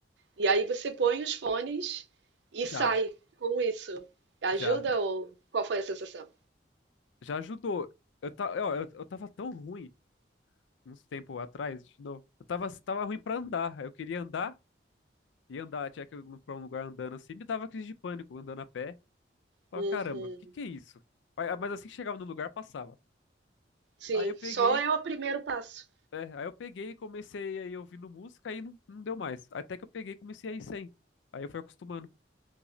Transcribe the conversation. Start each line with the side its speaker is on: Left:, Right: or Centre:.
Right: E aí você põe os fones e
Left: Já,
Right: sai com isso. Ajuda
Left: já,
Right: ou qual foi a sensação?
Left: já ajudou. Eu, ta... ó, eu, eu tava tão ruim uns tempo atrás, de novo. Eu tava, tava ruim pra andar. Eu queria andar e andar, tinha que ir pra um lugar andando assim, me dava crise de pânico andando a pé. Falava,
Right: Uhum.
Left: caramba, o que que é isso? Aí, Mas assim que chegava no lugar, passava.
Right: Sim,
Left: Aí eu peguei
Right: só é o primeiro passo.
Left: É, aí eu peguei e comecei aí ouvindo música aí não, não deu mais. Até que eu peguei e comecei a ir sem. Aí eu fui acostumando.